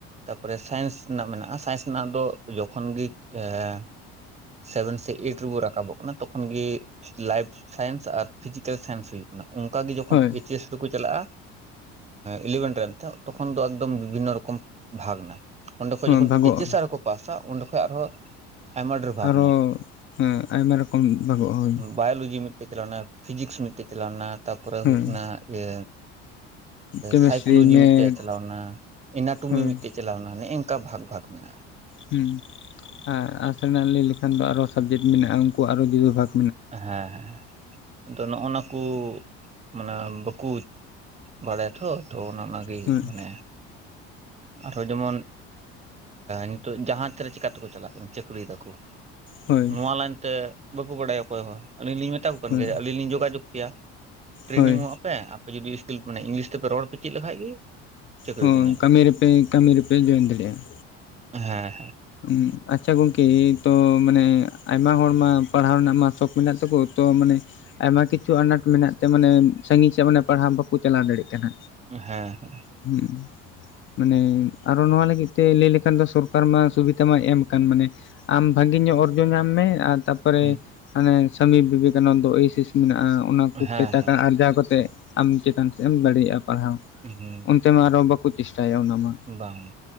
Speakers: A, on the right; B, on the left.
A: ᱛᱟᱯᱚᱨᱮ ᱥᱟᱭᱮᱱᱥ ᱨᱮᱱᱟᱜ ᱢᱮᱱᱟᱜᱼᱟ ᱥᱟᱭᱮᱱᱥ ᱨᱮᱱᱟᱜ ᱫᱚ ᱡᱚᱠᱷᱚᱱ ᱜᱮ <unintelligible> ᱥᱮᱵᱷᱮᱱ ᱥᱮ ᱮᱭᱤᱴ ᱨᱮᱵᱚᱱ ᱨᱟᱠᱟᱵᱚᱜ ᱠᱟᱱᱟ ᱛᱚᱠᱷᱚᱱ ᱜᱮ ᱞᱟᱭᱤᱯᱷ ᱥᱟᱭᱮᱱᱥ ᱟᱨ ᱯᱷᱤᱡᱤᱠᱮᱞ ᱥᱟᱭᱮᱱᱥ ᱦᱩᱭᱩᱜ ᱢᱟᱱᱮ ᱚᱱᱠᱟ ᱜᱮ ᱡᱚᱠᱷᱚᱱ
B: ᱦᱳᱭ
A: ᱮᱭᱤᱪ ᱮᱥ <unintelligible> ᱪᱟᱞᱟᱜᱼᱟ ᱤᱞᱤᱵᱷᱮᱱ ᱨᱮᱱ ᱛᱮ ᱛᱚᱠᱷᱚᱱ ᱫᱚ ᱮᱠᱫᱚᱢ ᱵᱤᱵᱷᱤᱱᱱᱚ ᱨᱚᱠᱚᱢ ᱵᱷᱟᱜᱽ ᱮᱱᱟ, ᱚᱸᱰᱮᱠᱷᱚᱡ
B: ᱦᱚᱸ
A: ᱡᱚᱠᱷᱚᱱ
B: ᱵᱷᱟᱜᱚᱜᱼᱟ
A: ᱮᱭᱤᱪ ᱮᱥ ᱟᱨᱠᱚ ᱯᱟᱥ ᱟ ᱚᱸᱰᱮ ᱠᱷᱚᱡ ᱟᱨᱦᱚᱸ ᱟᱭᱢᱟ ᱰᱷᱮᱨ ᱵᱷᱟᱜ,
B: ᱟᱨ ᱦᱚ ᱟᱭᱢᱟ ᱨᱚᱠᱚᱢ ᱵᱷᱟᱜᱚᱜ ᱟ ᱦᱳᱭ᱾
A: ᱵᱟᱭᱳᱞᱚᱡᱤ ᱢᱤᱫᱴᱮᱡ ᱪᱟᱞᱟᱣᱱᱟ, ᱯᱷᱤᱡᱤᱠᱥ ᱢᱤᱫᱴᱮᱡ ᱪᱟᱞᱟᱣᱱᱟ, ᱛᱟᱨᱯᱚᱨᱮ
B: ᱦᱳᱭ
A: ᱦᱩᱭᱩᱜ ᱠᱟᱱᱟ ᱤᱭᱟᱹ
B: ᱠᱮᱢᱮᱥᱴᱨᱤ
A: ᱥᱟᱭᱠᱳᱞᱚᱡᱤ
B: ᱢᱮᱛᱷ
A: ᱢᱤᱫᱴᱮᱡ ᱪᱟᱞᱟᱣᱱᱟ, ᱮᱱᱟᱱᱟᱴᱚᱢᱢᱤ
B: ᱦᱳᱭ
A: ᱢᱤᱫᱴᱮᱡ ᱪᱟᱞᱟᱣᱱᱟ, ᱱᱮᱜᱼᱮ ᱝᱠᱟ ᱵᱷᱟᱜᱽ ᱵᱷᱟᱜᱽ ᱢᱮᱱᱟᱜᱼᱟ᱾
B: ᱦᱮᱸ ᱟᱨ ᱟᱥᱱᱟᱜ ᱞᱟᱹᱭ ᱞᱮᱠᱷᱟᱱ ᱫᱚ ᱟᱨᱚ ᱥᱟᱵᱡᱮᱠᱴ ᱢᱮᱱᱟᱜᱼᱟ ᱩᱱᱠᱩ ᱟᱨᱚ ᱡᱩᱫᱟᱹ ᱵᱷᱟᱜ
A: ᱦᱮᱸ ᱟᱫᱚ ᱱᱚᱜᱼ ᱱᱟ ᱠᱚ ᱢᱟᱱᱮ ᱵᱟᱠᱚ ᱵᱟᱲᱟᱭᱟᱛᱷᱚ ᱛᱚ ᱚᱱᱟ ᱚᱱᱟᱜᱮ
B: ᱦᱳᱭ
A: ᱢᱟᱱᱮ ᱟᱨᱦᱚᱸ ᱡᱮᱢᱚᱱ ᱱᱤᱛᱚᱜ ᱡᱟᱦᱟᱡᱽᱨᱮ ᱪᱤᱠᱟᱛᱮᱠᱚ ᱪᱟᱞᱟᱜ ᱠᱟᱱᱟ ᱪᱟᱹᱠᱨᱤᱭ ᱫᱟᱠᱚ᱾
B: ᱦᱳᱭ
A: ᱱᱚᱣᱟ ᱞᱟᱭᱤᱱᱛᱮ ᱵᱟᱠᱚ ᱵᱟᱲᱟᱭᱟ᱾ ᱦᱳᱭ ᱦᱳᱭ ᱟᱹᱞᱤᱧ ᱞᱤᱧ ᱢᱮᱛᱟᱠᱚ ᱠᱟᱱ
B: ᱦᱳᱭ
A: ᱜᱮᱭᱟ ᱡᱮ ᱟᱹᱞᱤᱧ ᱞᱤᱧ ᱡᱳᱜᱟᱡᱳᱜᱽ ᱠᱮᱭᱟ ᱴᱨᱮᱱᱤᱝᱚᱜᱼᱟ,
B: ᱦᱳᱭ
A: ᱯᱮ ᱟᱯᱮ ᱡᱩᱫᱤ ᱤᱥᱠᱤᱞ ᱢᱟᱱᱮᱝᱞᱤᱥ ᱛᱮᱯᱮ ᱨᱚᱲ ᱯᱮ ᱪᱮᱫ ᱞᱮᱠᱷᱟᱡ ᱜᱮ, ᱪᱟᱹᱠᱨᱤ
B: ᱦᱚ
A: ᱯᱮ ᱧᱟᱢᱟ
B: ᱠᱟᱹᱢᱤ ᱨᱮᱯᱮ ᱠᱟᱹᱢᱤ ᱨᱮᱯᱮ ᱡᱚᱭᱮᱱ ᱫᱟᱲᱮᱭᱟᱜᱼᱟ᱾
A: ᱦᱮᱸ
B: ᱦᱮ ᱟᱪᱪᱷᱟ ᱜᱚᱢᱠᱮ ᱛᱚ ᱢᱟᱱᱮ ᱟᱭᱢᱟ ᱦᱚᱲ ᱢᱟ ᱯᱟᱲᱦᱟᱣ ᱨᱮᱱᱟᱜ ᱢᱟ ᱥᱚᱚᱠ ᱢᱮᱱᱟᱜ ᱛᱟᱠᱚ ᱛᱚ ᱢᱟᱱᱮ ᱟᱭᱢᱟ ᱠᱤᱪᱷᱩ ᱟᱱᱟᱴ ᱢᱮᱱᱟᱜ ᱛᱮ ᱢᱟᱱᱮ ᱥᱟᱺᱟᱹᱜᱤᱧ ᱥᱮᱫ ᱢᱟᱱ ᱯᱟᱲᱦᱟᱣ ᱵᱟᱠᱚ ᱪᱟᱞᱟᱣ ᱫᱟᱲᱮᱭᱟᱜ ᱠᱟᱱᱟ᱾
A: ᱦᱮᱸ ᱦᱮᱸ
B: ᱦᱩᱸ ᱢᱟᱱᱮ ᱟᱨᱚ ᱱᱚᱣᱟ ᱞᱟᱹᱜᱤᱫ ᱛᱮ ᱞᱟᱹᱭ ᱞᱮᱠᱷᱟᱱ ᱫᱚ ᱥᱚᱨᱠᱟᱨ ᱢᱟ ᱥᱩᱵᱤᱫᱟ ᱢᱟᱭ ᱮᱢ ᱠᱟᱱᱟᱱ ᱢᱟᱱᱮ ᱟᱢ ᱵᱷᱟᱜᱤ ᱧᱚᱜ ᱚᱨᱡᱚ ᱧᱟᱢ ᱢᱮ ᱟᱨ ᱛᱟᱯᱚᱨᱮ
A: ᱦᱮᱸ
B: ᱦᱟᱱᱮ ᱥᱟᱢᱤ ᱵᱤᱵᱮᱠᱟᱱᱚᱱᱫᱚ ᱳᱭᱮᱥᱤᱥ ᱢᱮᱱᱟᱜᱼᱟ ᱚᱱᱟ ᱠᱚᱛᱮ
A: ᱦᱮᱸ
B: ᱴᱟᱠᱟ
A: ᱦᱮᱸ
B: ᱟᱨᱡᱟᱣ ᱠᱟᱛᱮᱫ ᱟᱢ ᱪᱮᱛᱟᱱ ᱥᱮᱫ ᱮᱢ ᱫᱟᱲᱮᱭᱟᱜᱼᱟ ᱯᱟᱲᱦᱟᱣ᱾
A: <unintelligible>
B: ᱛᱮᱢᱟ ᱟᱨᱚ ᱵᱟᱠᱚ ᱪᱮᱥᱴᱟᱭᱟ ᱚᱱᱟ ᱢᱟ᱾
A: ᱵᱟᱝ ᱵᱟᱝ